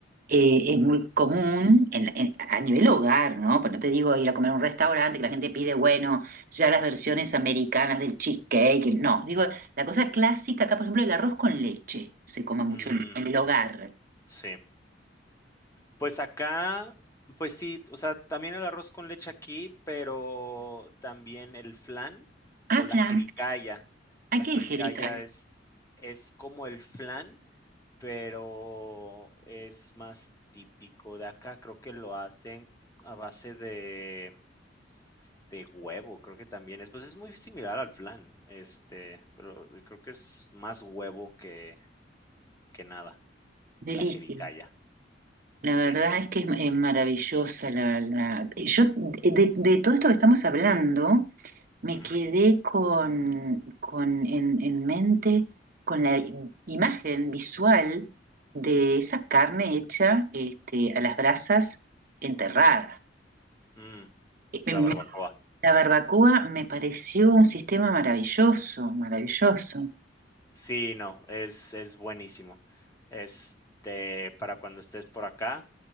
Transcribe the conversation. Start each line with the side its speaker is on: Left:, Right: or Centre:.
Right: eh,
Left: Ujú.
Right: es muy común en- en- a nivel hogar, ¿no? Pues no te digo ir a comer a un restaurante que la gente pide, bueno, ya las versiones americanas del cheesecake. el- No, digo, la cosa clásica acá, por ejemplo, el arroz con leche se come mucho
Left: Mm,
Right: en, en el hogar.
Left: sí. Pues acá, pues sí, o sea, también el arroz con leche aquí, pero también el flan
Right: Ah,
Left: o la
Right: flan,
Left: jericaya.
Right: ¿a
Left: La
Right: qué,
Left: jericaya
Right: Angélica?
Left: es es como el flan, pero es más típico de acá, creo que lo hacen a base de De huevo, creo que también es, pues, es muy similar al flan, este, pero creo que es más huevo que que nada,
Right: Delicia.
Left: la jericaya,
Right: La
Left: sí.
Right: verdad es que es, es maravillosa la, la- Yo, de, de todo esto que estamos hablando, me
Left: Ujú.
Right: quedé con, con en, en mente con la i- imagen visual de esa carne hecha este, a las brasas enterrada.
Left: Mm,
Right: Eh,
Left: la
Right: em,
Left: barbacoa.
Right: La barbacoa me pareció un sistema maravilloso, maravilloso.
Left: Sí, no, es es buenísimo. Este, para cuando estés por acá,